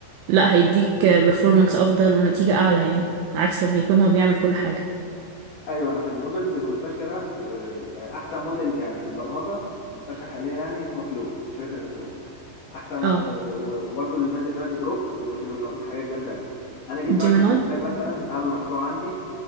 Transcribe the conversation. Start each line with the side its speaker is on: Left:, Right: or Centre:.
Right: لا هيديك بيرفورمانس افضل ونتيجه اعلى يعني عكس لما يكون هو بيعمل كل حاجه
Left: ايوه انا في المودلز المنتشره آه، يعني احسن موديل يعني في البرمجه منتشر حاليا يعني اسمه كلود من شركه انتروبيك احسن م-
Right: اه
Left: آه، و- وبرضه اللي نازل دلوقتي جروك وجيميناي حاجات جامده قوي انا جيت
Right: جيميناي
Left: بقى كنت محتاج مثلا اعمل مشروع عندي